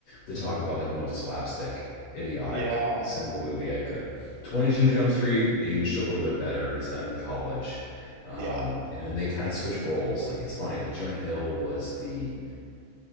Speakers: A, on the left; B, on the right.
A: to talk about like the most slapstick, idiotic,
B: Yeah.
A: simple movie I could. 22
B: hmm
A: Jump Street aged a little bit better. It's them in college. Um,
B: Yeah.
A: and then they kind of switch roles. Like it's funny. Like Jonah Hill was the